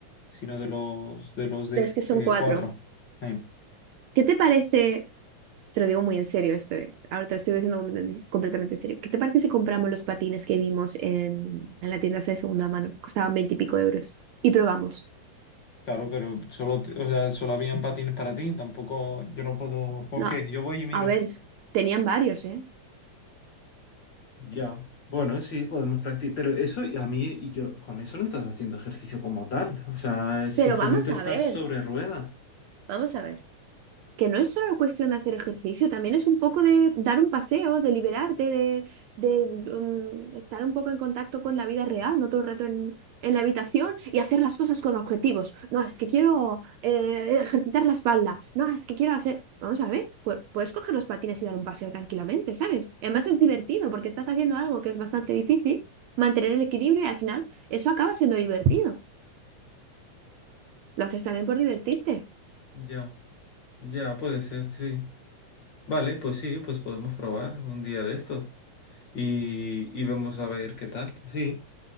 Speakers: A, on the left (about 45°); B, on the right (about 70°).
A: sino de los de los de
B: Es que son
A: eh,
B: cuatro.
A: cuatro. Eh,
B: ¿Qué te parece? Te lo digo muy en serio esto, eh, Ahora te lo estoy diciendo completamente, completamente en serio. ¿Qué te parece si compramos los patines que vimos en, en la tienda esta de segunda mano? Costaban veinte y pico euros. Y probamos.
A: claro, pero solo, te- o sea, solo habían patines para ti, tampoco yo no puedo, ¿con
B: No,
A: qué? Yo voy y miro.
B: a ver, tenían varios, ¿eh?
A: Ya, bueno, sí, podemos practicar, pero eso y a mí y yo con eso no estás haciendo ejercicio como tal, o sea, simplemente
B: Pero vamos
A: estás
B: a ver,
A: sobre rueda.
B: vamos a ver. que no es solo cuestión de hacer ejercicio, también es un poco de dar un paseo, de liberarte, de, de, um, estar un poco en contacto con la vida real, no todo el rato en, en la habitación y hacer las cosas con objetivos. No, es que quiero eh, ejercitar la espalda. No, es que quiero hacer... Vamos a ver, pu- puedes coger los patines y dar un paseo tranquilamente, ¿sabes? Además es divertido porque estás haciendo algo que es bastante difícil, mantener el equilibrio y al final eso acaba siendo divertido. Lo haces también por divertirte.
A: Ya, ya, puede ser, sí. Vale, pues sí, pues podemos probar un día de estos y, y vemos a ver qué tal. Sí,